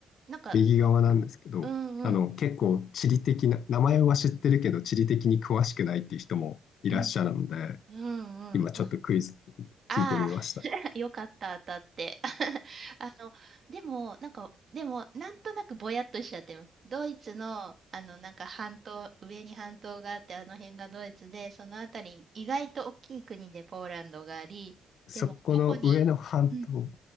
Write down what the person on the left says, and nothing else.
右側なんですけど、
あの、結構地理的な、名前は知ってるけど地理的に詳しくないっていう人もいらっしゃるので、
今ちょっとクイズ
聞いてみました。
そこの上の半島っ